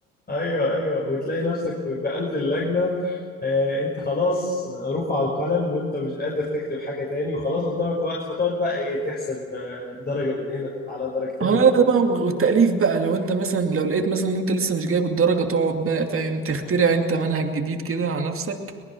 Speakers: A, on the left; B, on the right.
A: ايوه ايوه وتلاقي نفسك في في قلب اللجنه آه، انت خلاص رفع القلم وانت مش قادر تكتب حاجه تاني وخلاص قدامك وقت فتقعد بقى ايه تحسب آه، درجه من هنا على درجتين
B: اه
A: من
B: لا بقى والتأليف بقى لو انت مثلا لو لقيت مثلا ان انت لسه مش جايب الدرجة تقعد بقى فاهم تخترع انت منهج جديد كده على نفسك